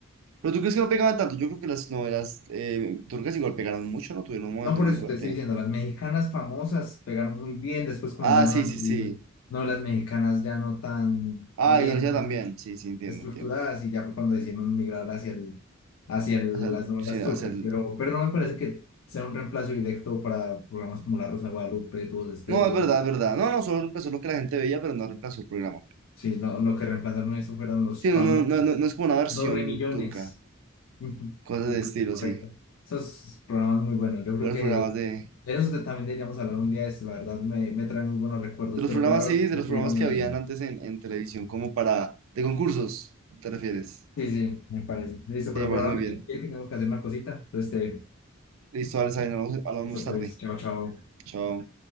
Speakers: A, on the right (about 65°); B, on the left (about 65°).
A: Pero tú crees que no pegaban tanto. Yo creo que las novelas eh, turcas igual pegaron mucho, ¿no? Tuvieron un momento
B: No, por
A: muy
B: eso
A: fuerte.
B: te estoy diciendo, las mexicanas famosas pegaron muy bien, después comenzaron
A: Ah, sí,
B: a
A: sí,
B: subir
A: sí.
B: novelas mexicanas ya no tan
A: Ah,
B: bien
A: ignorancia también. Sí, sí, entiendo,
B: estructuradas
A: entiendo.
B: y ya fue cuando decidieron migrar hacia el, hacia el-
A: O sea,
B: las novelas
A: sí,
B: turcas,
A: o sea, el-
B: pero, pero no me parece que sea un reemplazo directo para programas como La Rosa de Guadalupe, Tubos de Estéreo,
A: no, es verdad, es verdad. No, no, solo reemplazó lo que la gente veía, pero no reemplazó el programa.
B: sí, no, lo que reemplazaron eso fueron los
A: Sí,
B: famosos,
A: no, no, no, no no es como una versión
B: dos re millones,
A: turca.
B: <laughs> el
A: Cosas de
B: premio
A: estilo,
B: correcto,
A: sí.
B: esos programas muy buenos, yo
A: Buenos
B: creo que
A: programas de...
B: De eso te- también deberíamos hablar un día, es, la verdad me, me trae muy buenos recuerdos,
A: De los
B: pero
A: programas,
B: por ahora
A: sí,
B: me tengo
A: de los
B: que
A: programas
B: ir a Medellín.
A: que habían antes en, en televisión, como para... De concursos, ¿te refieres?
B: Sí, sí, me parece. Listo,
A: Sí,
B: pero
A: me parece
B: por ahora
A: muy
B: me
A: bien.
B: tengo que ir, que tengo que hacer una cosita. Entonces, te,
A: Listo, Alex, ahí nos hablamos hablamos
B: eso
A: más tarde.
B: pues, chao, chao.
A: Chao.